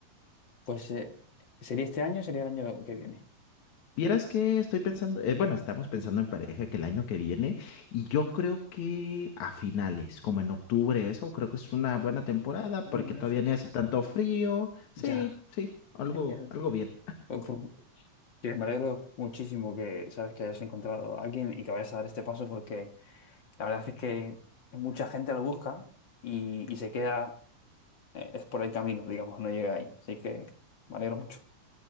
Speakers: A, on the left; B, on the left.
A: Pues eh, sería este año, sería el año que viene.
B: Vieras que estoy pensando, eh, bueno, estamos pensando en pareja que el año que viene y yo creo que a finales, como en octubre, eso creo que es una buena temporada porque
A: Una buena
B: todavía
A: fecha.
B: ni hace tanto frío. Sí,
A: Ya.
B: sí, algo,
A: genial.
B: algo bien.
A: Pues- pues, que me alegro muchísimo que sabes que hayas encontrado a alguien y que vayas a dar este paso porque la verdad es que mucha gente lo busca y, y se queda, eh, es por el camino, digamos, no llega ahí. Así que me alegro mucho.